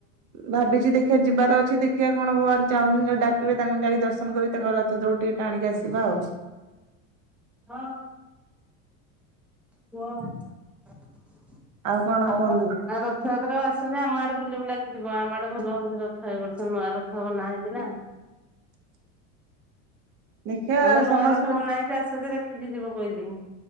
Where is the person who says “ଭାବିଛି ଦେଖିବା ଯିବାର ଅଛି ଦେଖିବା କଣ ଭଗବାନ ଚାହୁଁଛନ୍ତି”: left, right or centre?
Right